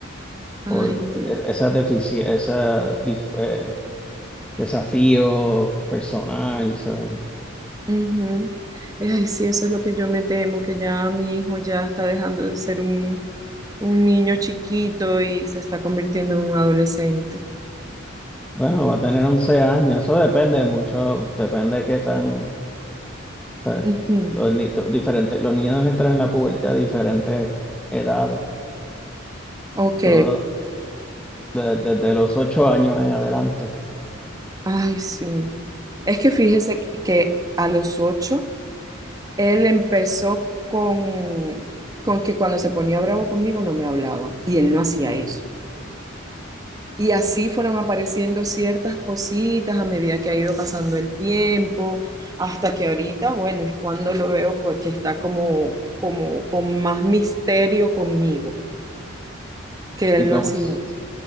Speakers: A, on the right (about 20°); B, in the centre.
A: Ay,
B: por
A: Dios.
B: e- esa deficiencia, esa dif- eh, desafío personal. ¿sabes?
A: Ujú. Ay, sí, eso es lo que yo me temo, que ya mi hijo ya está dejando de ser un, un niño chiquito y se está convirtiendo en un adolescente.
B: Bueno, va a tener 11 años, eso depende mucho, depende de qué tan, o sea,
A: Ujú.
B: los, ni- diferentes, los niños entran en la pubertad a diferentes edades.
A: Ok.
B: Todo. de- desde los ocho años en adelante.
A: Ay, sí. Es que fíjese que que a los 8 Él empezó con, con que cuando se ponía bravo conmigo no me hablaba y él no hacía eso. Y así fueron apareciendo ciertas cositas a medida que ha ido pasando el tiempo, hasta que ahorita, bueno, es cuando lo veo co- que está como, como con más misterio conmigo, que él
B: Y como
A: no hacía
B: s-
A: eso.